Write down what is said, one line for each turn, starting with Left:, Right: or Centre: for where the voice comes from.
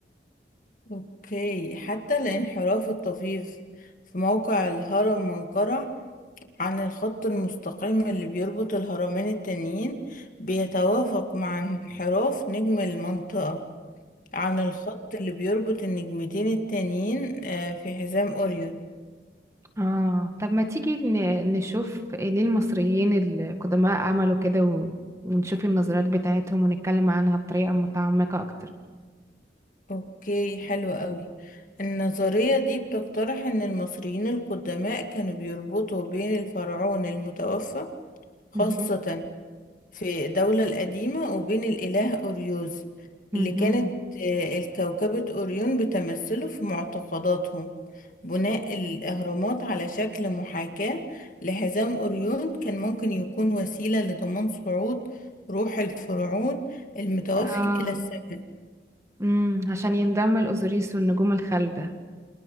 Left: اوكي حتى الانحراف الطفيف في موقع الهرم منقرع عن الخط المستقيم اللي بيربط الهرمين التانيين بيتوافق مع انحراف نجم المنطقة عن الخط اللي بيربط النجمتين التانيين آه، في حزام أوريون
Right: اه طب ما تيجي ن- نشوف ليه المصريين القدماء عملوا كده و- ونشوف النظريات بتاعتهم ونتكلم عنها بطريقة متعمقة أكتر
Left: أوكي حلو قوي النظرية دي بتقترح إن المصريين القدماء كانوا بيربطوا بين الفرعون المتوفى خاصة
Right: مهم.
Left: في الدولة القديمة وبين الإله أوريوس
Right: مهم.
Left: اللي كانت آه، الكوكبة أوريون بتمثله في معتقداتهم بناء الأهرامات على شكل محاكاة لحزام أوريون كان ممكن يكون وسيلة لضمان صعود روح الفرعون المتوفي
Right: اه
Left: إلى السماء
Right: امم عشان ينضم الأوزوريس والنجوم الخالدة